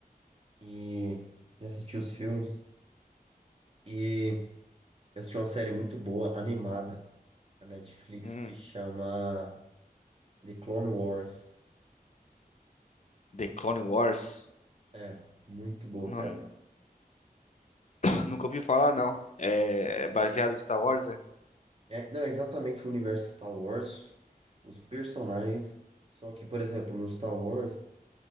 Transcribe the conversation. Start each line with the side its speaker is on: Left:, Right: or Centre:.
Right: e já assisti os filmes e Eu assisti uma série muito boa, animada, na Netflix,
Left: Hum,
Right: que chama The Clone Wars.
Left: The Clone Wars?
Right: É, muito boa,
Left: Não,
Right: cara.
Left: <laughs> <clears throat> nunca ouvi falar, não. É, é baseado em Star Wars, é?
Right: É, não, é exatamente o universo Star Wars, os personagens. Só que, por exemplo, no Star Wars,